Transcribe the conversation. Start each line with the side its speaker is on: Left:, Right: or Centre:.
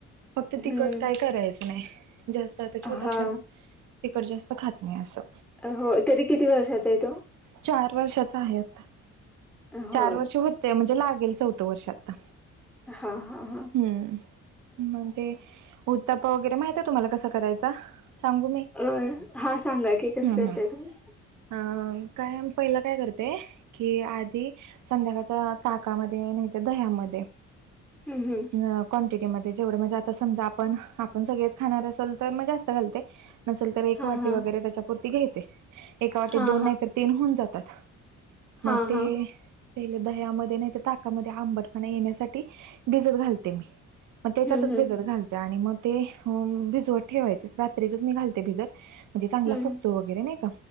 Right: फक्त
Centre: हम्म
Right: तिखट काय करायचं नाही. जास्त आता छोटा
Centre: हा
Right: असल्यामुळे, तिकड जास्त खात नाही असं
Centre: हो तरी किती वर्षाचा आहे तो?
Right: चार वर्षाचा आहे. आता
Centre: हो
Right: चार वर्ष होते म्हणजे लागेल चौथ. वर्ष आता
Centre: हा हा हा
Right: हम्म! !! मग ते उत्ता्प वगैरे, माहित आहे तुम्हाला कसं करायचा. सांगू मी
Centre: अ हा सांगा की कस
Right: हम्म
Centre: करताय
Right: हम्म
Centre: तुम्ही.
Right: अ काय पहिलं काय करते की आधी संध्याकाळचा ताकामधे नाही ते दह्यामध्ये
Centre: हम्म हम्म
Right: अ क्वांटिटीमध्येध्ये जेवढं म्हणजे आता समजा आपण आपण सगळेच खाणार अस जास्त घालते नसलं एक
Centre: हा
Right: वाटी
Centre: हा
Right: वगैरे त्याच्या पूर्ती घेते. ते
Centre: हा
Right: दोन नाही तर तीन होऊन जातात.
Centre: हा
Right: मग
Centre: हा
Right: ते
Centre: हा
Right: पहिले दह्यामध्ये नाही तर ताकामध्ये आंबटपणा येण्यासाठी भिजत घालते मी. मग त्याच्यातच
Centre: हम्म हम्म
Right: भिजत घालते आणि मग ते भिजवत ठेवायचं रात्रीचच मी घालते भिजत. म्हणजे चांगला
Centre: हम्म
Right: फुकतो वगैरे नाही का